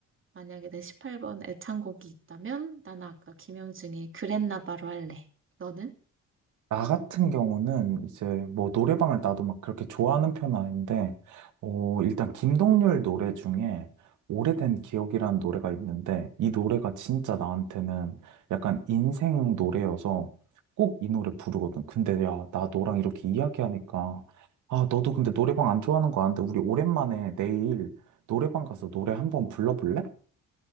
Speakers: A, on the right; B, on the right.
A: 만약에 내 18번 애창곡이 있다면 나는 아까 김영중의 그랬나 바로 할래. 너는?
B: 나 같은 경우는 이제 뭐 노래방을 나도 막 그렇게 좋아하는 편은 아닌데, 어, 일단 김동률 노래 중에 오래된 기억이라는 노래가 있는데, 이 노래가 진짜 나한테는 약간 인생 노래여서 꼭 이 노래 부르거든. 근데 야, 나 너랑 이렇게 이야기하니까, 아, 너도 근데 노래방 안 좋아하는 거 아는데, 우리 오랜만에 내일 노래방 가서 노래 한번 불러볼래?